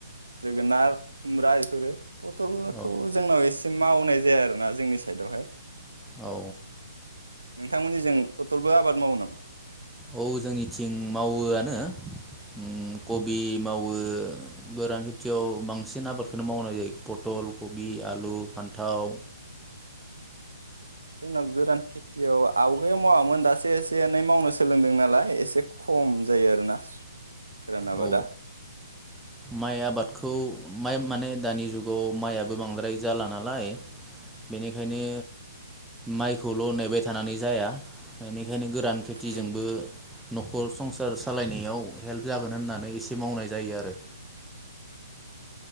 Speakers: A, on the right (about 85°); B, in the centre.
A: जोगोनार खुमब्रा बेफोरो। पटलखौ
B: औ
A: जोंनाव एसे मावनाय जाया आरोना जोंनि साइदआवहाय
B: औ
A: नोंथांमोननि जों पटलबो आबाद मावो नामा
B: औ जोंनिथिं मावोआनो उ कबि मा बो गोरान खेथियाव बांसिन आबादखौनो मावनाय जायो पटल कबि आलु फानथाव
A: जोंना गोरान खे थियाव आवगायाव मावामोन दासो एसे एनै मावनो सोलोंदों नालाय एसे खम जायो आरोना गोरान आबादा
B: औ माइ आबादखौ माइ माने दानि जुगाव मायाबो बांद्राय जाला नालाय बेनिखायनो माइखौल' नेबाय थानानै जाया बेनि खायनो गोरान खेथिजोंबो
A: ओं
B: नखर सं सार सालायनायाव हेल्प जागोन होननानै एसे मावनाय जायो आरो